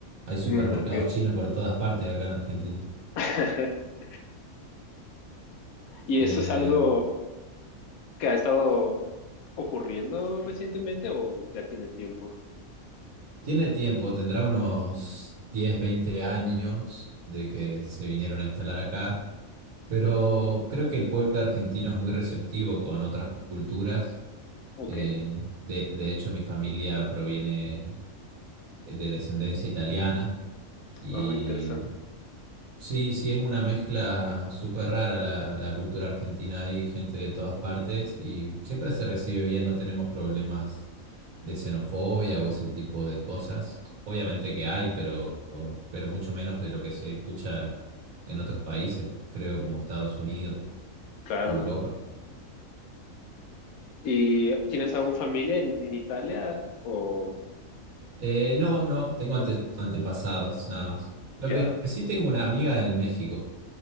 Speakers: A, on the right; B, on the left.
A: Hay supermercados
B: Mm, ok.
A: chinos por todas partes acá en Argentina.
B: <laughs> ¿Y
A: Eh,
B: eso es algo que ha estado ocurriendo recientemente o ya tiene tiempo?
A: tiene tiempo, tendrá unos 10 20 años de que se vinieron a instalar acá, pero creo que el pueblo argentino es muy receptivo con otras culturas.
B: Ok,
A: Eh, de, de hecho, mi familia proviene eh, de descendencia italiana y
B: ah, interesante,
A: Sí, sí, es una mezcla súper rara la, la cultura argentina. Hay gente de todas partes y siempre se recibe bien, no tenemos problemas de xenofobia o ese tipo de cosas. Obviamente que hay, pero, pero mucho menos de lo que se escucha en otros países, creo como Estados Unidos
B: claro.
A: o Europa.
B: ¿Y tienes aún familia en, en Italia o
A: Eh, no, no, tengo ante- antepasados nada más. Lo
B: ya?
A: que sí tengo una amiga en México